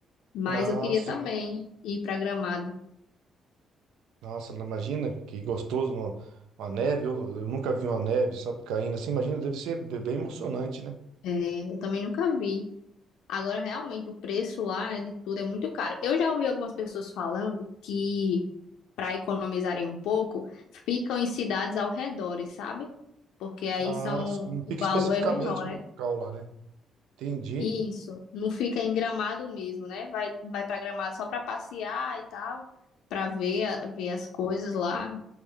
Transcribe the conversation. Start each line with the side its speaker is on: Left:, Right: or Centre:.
Left: Mas
Right: Ah,
Left: eu queria
Right: sim.
Left: também ir pra Gramado,
Right: Nossa, não- imagina que gostoso no- uma neve, eu, eu nunca vi uma neve, sabe, caindo assim, imagina, deve ser be- bem emocionante, né?
Left: é, eu também nunca vi. Agora, realmente, o preço lá, né, de tudo é muito caro. Eu já ouvi algumas pessoas falando que, para economizarem um pouco, ficam em cidades ao redor, sabe? Porque aí
Right: Ah,
Left: são,
Right: sim. Não
Left: o
Right: Fica
Left: valor
Right: especificamente
Left: é menor,
Right: no
Left: né?
Right: local lá, né? Entendi.
Left: Isso, não fica em Gramado mesmo, né? Vai, vai para Gramado só para passear e tal, para ver, a- ver as coisas lá.